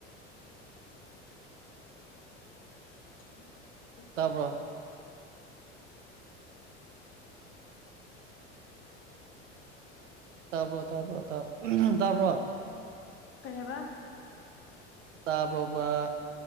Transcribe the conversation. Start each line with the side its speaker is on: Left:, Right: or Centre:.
Left: <unintelligible>
Right: ꯇꯥꯕ꯭ꯔꯣ ꯇꯄ ꯇꯄ ꯇꯄ
Left: ꯀꯔꯤ ꯍꯥꯏꯕ
Right: ꯇꯥꯕ꯭ꯔꯣꯕ